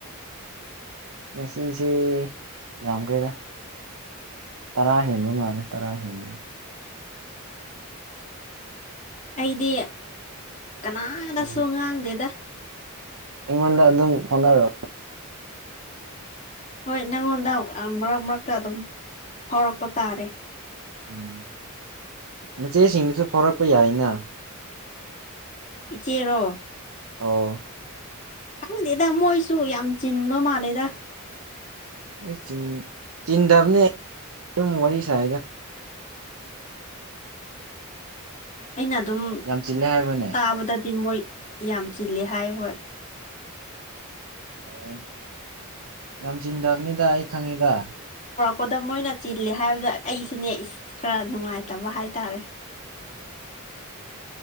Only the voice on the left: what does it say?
<unintelligible> ꯑꯩꯗꯤ ꯀꯅꯥꯗꯁꯨ
ꯉꯥꯡꯗꯦꯗ
ꯍꯣꯏ ꯅꯪꯉꯣꯟꯗ ꯃꯔꯛ ꯃꯔꯛꯇ ꯑꯗꯨꯝ ꯐꯥꯎꯔꯛꯄ ꯇꯥꯔꯦ
ꯏꯆꯦꯔꯣ
ꯈꯪꯗꯦꯗ ꯃꯣꯏꯁꯨ ꯌꯥꯝ ꯆꯤꯟꯕ ꯃꯥꯜꯂꯦꯗ
ꯑꯩꯅ ꯑꯗꯨꯝꯝ
ꯇꯥꯕꯗꯗꯤ ꯃꯣꯏ ꯌꯥꯝ ꯆꯤꯜꯂꯤꯦ ꯍꯥꯏ ꯍꯣꯏ
ꯄꯣꯗꯝ ꯃꯣꯏꯅ ꯆꯤꯜꯂꯦ ꯍꯥꯏꯕꯗ ꯑꯩꯁꯨꯅꯦ ꯏꯁ ꯈꯔ ꯅꯨꯡꯉꯥꯏꯇꯕ ꯍꯥꯏꯇꯥꯔꯦ